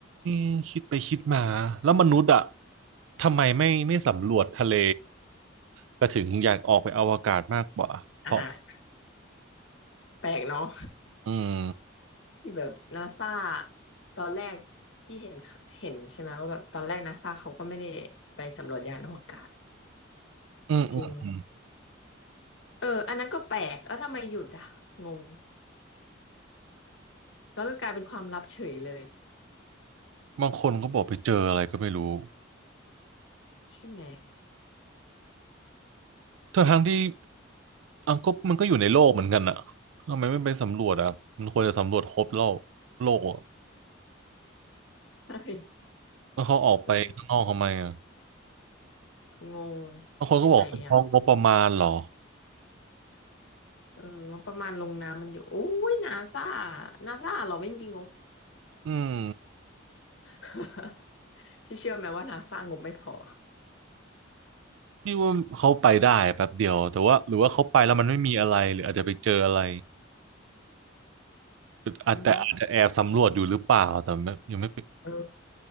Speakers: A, on the right; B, on the left.
A: ะคิดไปคิดมาแล้วมนุษย์อะทำไมไม่ไม่สำรวจทะเลแต่ถึงอยากออกไปอวกาศมากกว่าเพราะ
B: อ่าแปลกเนาะ
A: อืม
B: ที่แบบนาซาตอนแรกที่เห็นเห็นใช่ไหมว่าแบบตอนแรกนาซาเขาก็ไม่ได้ไปสำรวจยานอวกาศ
A: อืมอืม
B: จริงๆเอออันนั้นก็แปลกแล้วทำไมหยุดอ่ะงงแล้วก็กลายเป็นความลับเฉยเลย
A: บางคนก็บอกไปเจออะไรก็ไม่รู้
B: ใช่ไหม
A: ทั้งทั้งที่อังก็มันก็อยู่ในโลกเหมือนกันอะทำไมไม่ไปสำรวจอะมันควรจะสำรวจครบโลกโลกอะ
B: ใช่
A: แล้วเขาออกไปข้างนอกทำไมอะ
B: เอองง
A: บางคนก็บอกเป็นเพราะงบประมาณเหรอ
B: ไปไหนอ่ะเอองบประมาณลงน้ำมันอยู่โอ้ยนาซานาซาเราไม่มีงบ
A: อืม
B: <laughs> พี่เชื่อไหมว่านาซางบไม่พอ
A: พี่ว่าเขาไปได้แป๊บเดียวแต่ว่าหรือว่าเขาไปแล้วมันไม่มีอะไรหรืออาจจะไปเจออะไรอาจแต่อาจจะแอบสำรวจอยู่หรือเปล่าแต่ไม่ยังไม่ไป
B: <laughs> เนาะเออ